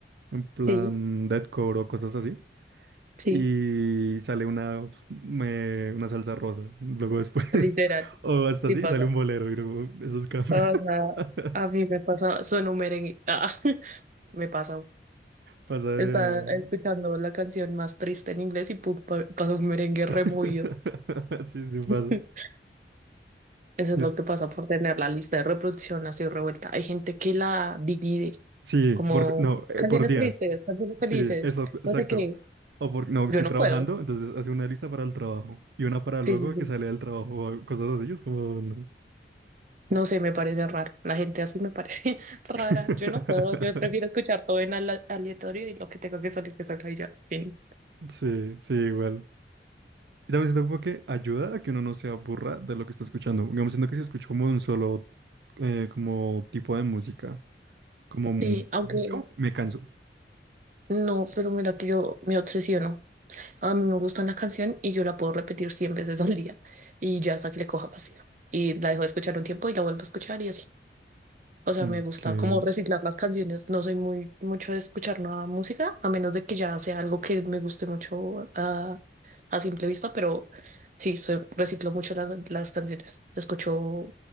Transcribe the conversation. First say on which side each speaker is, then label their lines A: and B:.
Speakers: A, on the right (about 70°); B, on the right (about 45°).
A: en plan
B: sí,
A: deathcore o cosas así.
B: sí,
A: y sale una, pues, me- una salsa rosa, luego después, <laughs>
B: literal,
A: o hasta
B: sí
A: así,
B: pasa.
A: sale un bolero, y luego esos cambios.
B: O sea,
A: <laughs>
B: a mí me pasa, suena un merengue, ah, <laughs> me pasa.
A: Pasa de...
B: Está escuchando la canción más triste en inglés y pum, pa- pasa un merengue removido.
A: <laughs> Sí, sí pasa.
B: <laughs> Eso es
A: Yes.
B: lo que pasa por tener la lista de reproducción así revuelta. Hay gente que la divide
A: Sí,
B: como
A: por, no, eh,
B: canciones
A: por días.
B: tristes, canciones
A: Sí,
B: felices,
A: eso, exacto.
B: no sé qué.
A: O por, no,
B: Yo
A: estoy
B: no
A: trabajando,
B: puedo.
A: entonces hace una lista para el trabajo y una para luego
B: Sí, sí, sí.
A: que sale del trabajo o cosas así, es como, no.
B: No sé, me parece raro. La gente así me parece <laughs> rara.
A: <laughs>
B: Yo no puedo. Yo prefiero escuchar todo en ala- aleatorio y lo que tenga que salir, que salga y ya. Fin.
A: Sí, sí, igual. Y también siento como que ayuda a que uno no se aburra de lo que está escuchando. Digamos, siento que si escucho como un solo eh, como tipo de música, como mu-
B: Sí, aunque
A: mucho, me canso.
B: no, pero mira que yo me obsesiono. A mí me gusta una canción y yo la puedo repetir 100 veces al día y ya hasta que le coja pasión. Y la dejo de escuchar un tiempo y la vuelvo a escuchar y así. O sea,
A: Mm,
B: me gusta
A: Que
B: como reciclar las canciones. No soy muy mucho de escuchar nueva música, a menos de que ya sea algo que me guste mucho ah, a, simple vista, pero sí, se- reciclo mucho las, las canciones. Escucho,